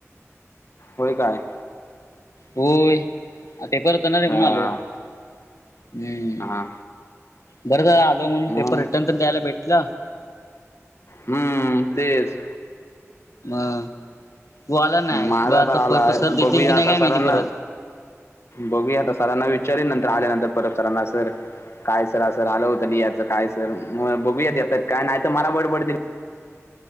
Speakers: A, on the left; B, on the left.
A: होय काय?
B: होय आ पेपर होतना रे
A: हा
B: म्हनून आलो हम्म
A: हा
B: बरं तर आलो म्हणून
A: मग
B: पेपर रिटर्न तर द्यायला भेटल.
A: हम्म तेच.
B: म वो आला नाय
A: माझा
B: ब आता
A: तर आलाय
B: सर देतील
A: बघूया
B: की नाही
A: आता
B: काय
A: सरांना
B: माहिती परत.
A: बघूया आता सरांना विचारीन नंतर आल्यानंतर परत सरांना सर. काय सर असं आलं होत मी याचं काय सर म बघूया आता काय नाही तर मला बडबडतील.